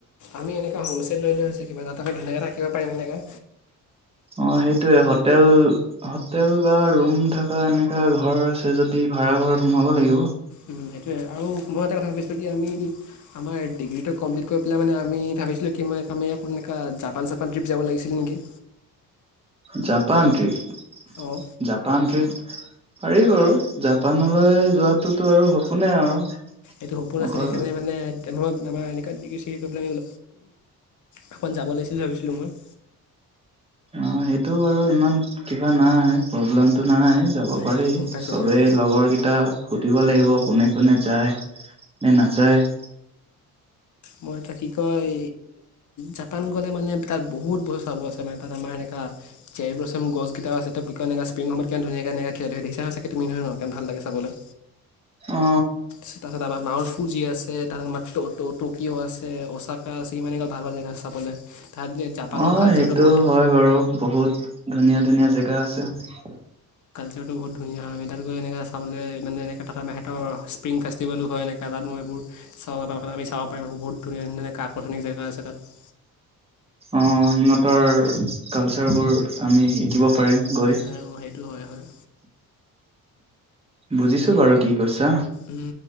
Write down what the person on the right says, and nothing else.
অ', সেইটোৱে, হোটেল-হোটেল বা ৰু ৰুম থকা এনেকুৱা ঘৰ আছে যদি ভাড়াঘৰত সোমাব লাগিব।
Japan trip?
জাপান ট্ৰিপ পাৰি বাৰু, জাপানলৈ যোৱাটোতো আৰু সপোনে আৰু।
অকল
অ! সেইটো বাৰু, ইমান কিবা নাই প্ৰব্লেমতো নাই, যাব
পাৰি
চবেই
লগৰকেইটাক সুধিব লাগিব। কোনে কোনে যায়। নে নাযায়।
অ
অ'
সেইটো
হয় বাৰু বহুত ধুনীয়া, ধুনীয়া জেগা জেগা আছে।
অ' সিহঁতৰ কালচাৰবোৰ আমি শিকিব পাৰিম। গৈ।
বুজিছো বাৰু কি। কৈছা